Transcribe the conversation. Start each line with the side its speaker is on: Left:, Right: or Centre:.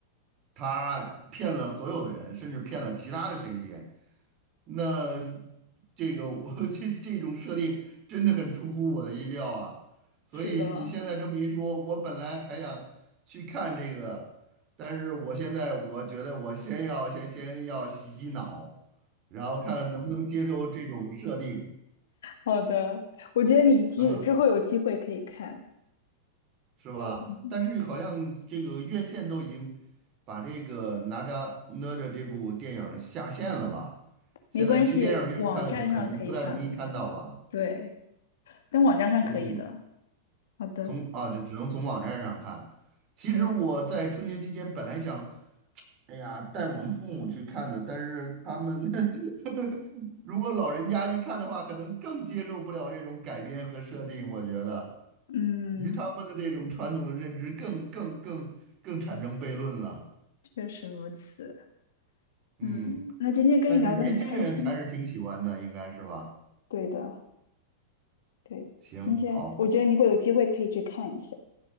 Right: 他骗了所有的人，甚至骗了其他的神仙。那这个我 <laughs> 这这种设定真的很出乎我的意料啊！所以你现在这么一说，
Left: 是的，
Right: 我本来还想去看这个，但是我现在我觉得我先要先先要洗洗脑，然后看看能不能接受这种设定。
Left: 好的，我觉得你之之后有机会可以看，
Right: 嗯，是吧？
Left: 嗯，
Right: 但是好像这个院线都已经把这个哪吒哪吒这部电影儿下线了吧？
Left: 对
Right: 现在去电影院看可能不太容易看到吧？
Left: 没关系，网站上可以上线，对，但网站上可以的。
Right: 嗯，
Left: 好的，
Right: 从啊，对，只能从网站上看。其实我在春节期间本来想，
Left: 对，
Right: 哎呀，带我们父母去看的，但是他们 <laughs> 如果老人家去看的话，可能更接受不了这种改编和设定，我觉得
Left: 嗯，
Right: 与他们的这种传统的认知更更更更产生悖论了。
Left: 确实如此。
Right: 嗯，
Left: 嗯，那今天跟你聊得很开心。
Right: 但是年轻人还是挺喜欢的，应该是吧？
Left: 对的，对的今天我觉得你会有机会可以去看一下。
Right: 行，好，